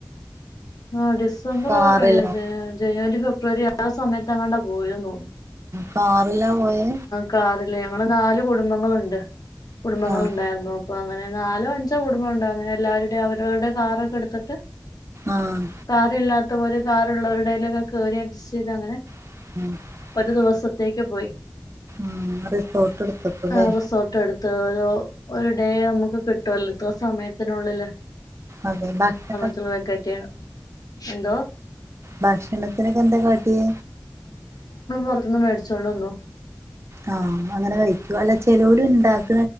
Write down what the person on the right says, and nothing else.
കാറിലോ
കാറിലാ പോയെ
ആഹ്
ആഹ്
<inaudible>
ആഹ് റിസോർട്ട് എടുത്തക്കുല്ലേ
അതെ ബാക്കി
ഭക്ഷണത്തിനൊക്കെ എന്താ കാട്ടിയെ
ആഹ അങ്ങനെ കഴിക്ക അല്ല ചെലോര് ഇണ്ടാക്കി